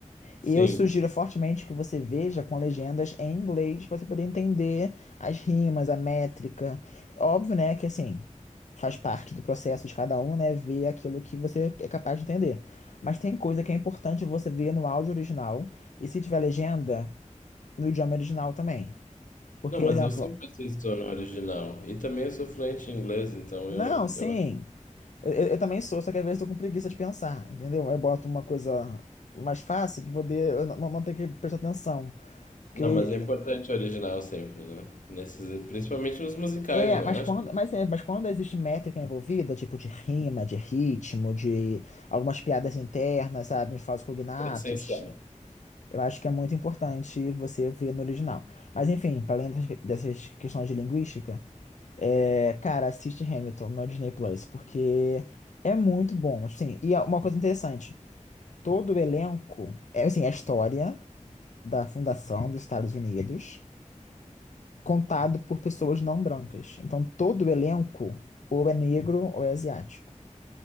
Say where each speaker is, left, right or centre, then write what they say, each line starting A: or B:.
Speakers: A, on the left; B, on the left.
A: Sim.
B: E eu sugiro fortemente que você veja com legendas em inglês para você poder entender as rimas, a métrica. Óbvio, né, que assim, faz parte do processo de cada um, né, ver aquilo que você é capaz de entender. Mas tem coisa que é importante você ver no áudio original e se tiver legenda, no idioma original também. Porque,
A: Não, mas
B: exemplo,
A: eu sempre assisto no original. E também eu sou fluente em inglês, então
B: não,
A: eu,
B: sim,
A: eu...
B: eu, eu- eu também sou, só que às vezes eu tô com preguiça de pensar, entendeu? Eu boto uma coisa mais fácil para poder eu não, não não ter que prestar atenção. Porque
A: Não, mas é importante o original sempre, né? Nesses, principalmente nos musicais,
B: É,
A: não
B: mas
A: acho?
B: quando, mas, é, mas quando existe métrica envolvida, tipo de rima, de ritmo, de algumas piadas internas, sabe, uns falsos cognatos,
A: É essencial.
B: eu acho que é muito importante você ver no original. Mas enfim, para além das- dessas questões de linguística, é, cara, assiste Hamilton no Disney Plus, porque é muito bom. Assim, e é uma coisa interessante, todo o elenco, é assim, a história da fundação dos Estados Unidos contado por pessoas não brancas. Então, todo o elenco ou é negro ou é asiático.